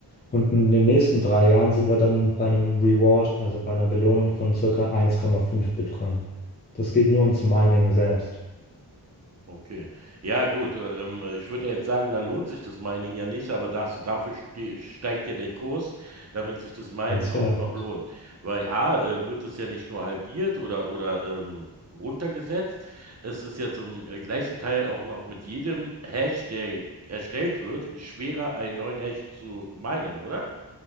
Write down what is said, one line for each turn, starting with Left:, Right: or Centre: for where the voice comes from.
Left: Und in den nächsten drei Jahren sind wir dann bei einem Reward, also bei einer Belohnung von circa 1,5 Bitcoin. Das geht nur ums Mining selbst.
Right: Okay. Ja, gut. Ähm, ich würde ja jetzt sagen, dann lohnt sich das Mining ja nicht, aber das, dafür ste steigt ja der Kurs, damit sich das Minen
Left: Ganz genau.
Right: auch noch lohnt. Weil A, äh, wird es ja nicht nur halbiert oder, oder ähm, runtergesetzt, es ist ja zum äh, gleichen Teil auch noch mit jedem Hash, der erstellt wird, schwerer, einen neuen Hash zu minen, oder?